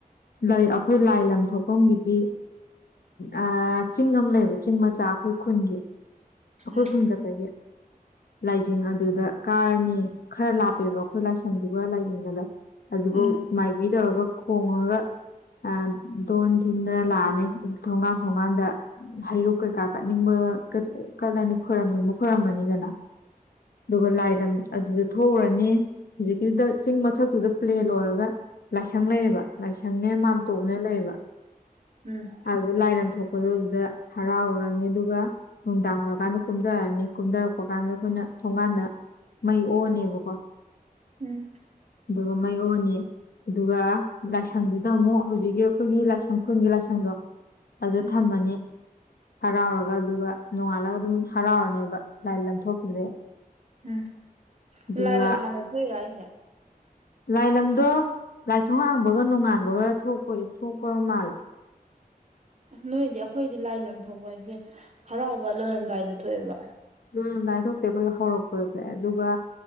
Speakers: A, on the left (about 85°); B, on the right (about 45°).
A: ꯂꯩ ꯑꯩꯈꯣꯏ ꯂꯥꯏ ꯂꯝ ꯊꯣꯛꯐꯝꯒꯤꯗꯤ ꯑꯥ ꯆꯤꯡ ꯑꯃ ꯂꯩꯕ ꯆꯤꯡ ꯃꯆꯥ ꯑꯩꯈꯣꯏ ꯈꯨꯜꯒꯤ ꯑꯩꯈꯣꯏ
B: ꯎꯝ
A: ꯈꯨꯜ ꯈꯛꯇꯒꯤ ꯂꯥꯏꯖꯤꯡ ꯑꯗꯨꯗ ꯀꯥꯔꯅꯤ ꯈꯔ ꯂꯥꯞꯄꯦꯕ ꯑꯩꯈꯣꯏ ꯂꯥꯏꯁꯪꯗꯨꯒ ꯂꯥꯏꯖꯤꯡ ꯑꯗꯨꯕꯨ
B: ꯎꯝ
A: ꯃꯥꯏꯕꯤ ꯇꯧꯔꯒ ꯈꯣꯡꯉꯒ ꯑ ꯙꯣꯟ ꯊꯤꯟꯗꯅ ꯂꯥꯛꯑꯅꯤ ꯊꯣꯡꯒꯥꯟ ꯊꯣꯡꯒꯥꯟꯗ ꯍꯩꯔꯨꯛ ꯀꯩꯀꯥ ꯀꯠꯅꯤꯡꯕ ꯀꯠꯂꯅꯤ ꯈꯣꯏꯔꯝꯅꯤꯡꯕ ꯈꯣꯏꯔꯝꯃꯅꯤꯗꯅ ꯑꯗꯨꯒ ꯂꯥꯏ ꯂꯝ ꯑꯗꯨꯗ ꯊꯣꯛꯎꯔꯅꯤ ꯍꯧꯖꯤꯛꯀꯤꯗꯨꯗ ꯆꯤꯡ ꯃꯊꯛꯇꯨꯗ ꯄ꯭ꯂꯦꯟ ꯑꯣꯏꯔꯒ ꯂꯥꯏꯁꯪ ꯂꯩꯌꯦꯕ ꯂꯥꯏꯁꯪꯅꯦ ꯃꯥꯟꯇꯣꯞ ꯅꯦ ꯂꯩꯌꯦꯕ
B: ꯎꯝ
A: ꯑꯗꯨꯗ ꯂꯥꯏ ꯂꯝꯊꯣꯛꯄꯗꯣ ꯑꯗꯨꯗ ꯍꯔꯥꯎꯔꯅꯤ ꯑꯗꯨꯒ ꯅꯨꯡꯗꯥꯡ ꯑꯣꯏꯔꯀꯥꯟꯗ ꯀꯨꯝꯙꯔꯑꯅꯤ ꯀꯨꯝꯊꯔꯛꯄ ꯀꯥꯟꯗ ꯑꯩꯈꯣꯏꯅ ꯊꯣꯡꯒꯥꯟꯗ ꯃꯩ ꯑꯣꯛꯑꯅꯤꯕꯀꯣ
B: ꯎꯝ
A: ꯑꯗꯨꯒ ꯃꯩ ꯑꯣꯛꯑꯅꯤ ꯑꯗꯨꯒ ꯂꯥꯏꯁꯪꯗꯨꯗ ꯑꯃꯨꯛ ꯍꯧꯖꯤꯛꯀꯤ ꯑꯩꯈꯣꯏꯒꯤ ꯂꯥꯏꯁꯪ ꯈꯨꯟꯒꯤ ꯂꯥꯏꯁꯪꯗꯣ ꯑꯗꯨꯗ
B: ꯎꯝ
A: ꯊꯝꯃꯅꯤ ꯍꯔꯥꯎꯔꯒ ꯑꯗꯨꯒ ꯅꯣꯡꯉꯥꯜꯂꯒ ꯑꯗꯨꯝ ꯍꯔꯥꯎꯔꯅꯦꯕ ꯂꯥꯏꯂꯝ ꯊꯣꯛꯈꯤꯕꯗꯩ
B: ꯎꯝ
A: ꯑꯗꯨꯒ
B: ꯂꯥꯏ ꯂꯝ ꯍꯥꯟꯅ ꯊꯣ ꯏꯔꯣ ꯍꯥꯢꯖꯦ
A: ꯂꯥꯏꯂꯝꯗꯣ ꯂꯥꯏꯊꯣꯡꯍꯥꯡꯕꯒ ꯅꯣꯡꯉꯥꯟꯕꯒ ꯊꯣꯛꯄꯒꯤ ꯊꯣꯛꯄ ꯃꯥꯜꯂꯦ
B: ꯅꯣꯏꯗꯤ ꯑꯈꯣꯏꯗꯤ ꯂꯥꯏ ꯂꯝꯊꯣꯛꯄ ꯍꯥꯏꯁꯦ ꯍꯔꯥꯎꯕ ꯂꯣꯏꯔꯝꯗꯥꯏꯗ ꯊꯣꯛꯑꯦꯕ
A: ꯂꯣꯢꯔꯝꯗꯥꯢ ꯊꯣꯛꯇꯦ ꯑꯩꯈꯣꯏ ꯍꯧꯔꯛꯄꯗ ꯊꯣꯛꯑꯦ ꯑꯗꯨꯒ